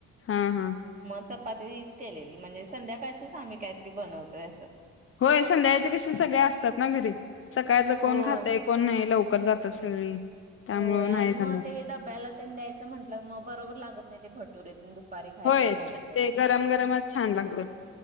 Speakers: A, on the left (about 45°); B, on the right (about 25°).
A: हा हा
B: म तीच केलेली म्हणजे संध्याकाळच आम्ही काहीतरी बनवतोय असं
A: होय संध्याच्या कशी सगळ्या असतात ना घरी सकाळच कोण
B: होय.
A: खातय कोण नाही लवकर कर जातात सगळी त्यामुळं
B: होय
A: नाही
B: आणि मग
A: जमत
B: ते डब्याला तेन द्यायचं म्हंटलं मग बरोबर लागत नाही ते भटूरे दुपारी खायचं
A: होय
B: झालं तर
A: ते गरम गरमच छान लागतात